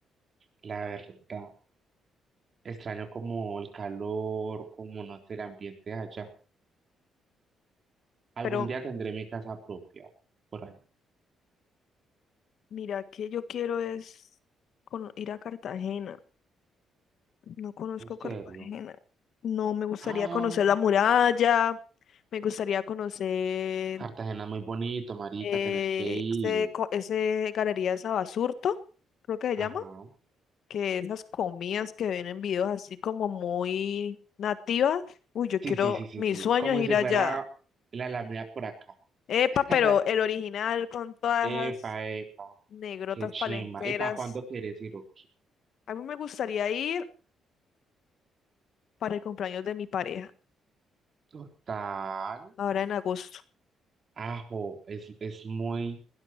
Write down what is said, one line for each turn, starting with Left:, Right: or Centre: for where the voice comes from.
Right: la verdad. Extraño como el calor, como no sé, el ambiente de allá. Algún
Left: Pero
Right: día tendré mi casa propia por allá.
Left: mira que yo quiero es cono- ir a Cartagena. No conozco
Right: En serio.
Left: Cartagena. No, me gustaría
Right: Ah,
Left: conocer la muralla. Me gustaría conocer
Right: Cartagena muy bonito, marica,
Left: eh,
Right: tenés que ir.
Left: ese, co- ese Galería de Sabasurto, creo que se
Right: Ajá.
Left: llama, que esas comidas que ven en videos así como muy nativas. Uy, yo
Right: Sí,
Left: quiero,
Right: sí, sí, sí,
Left: mi
Right: sí.
Left: sueño
Right: Como
Left: es ir
Right: si
Left: allá.
Right: fuera la Alameda por acá.
Left: Epa,
Right: <laughs>
Left: pero el original con todas
Right: Epa,
Left: esas
Right: epa.
Left: negrotas
Right: Qué chimba.
Left: palenqueras.
Right: ¿Y para cuándo quieres ir? o qué?
Left: A mí me gustaría ir para el cumpleaños de mi pareja,
Right: Total.
Left: ahora en agosto.
Right: Ajo, es, es muy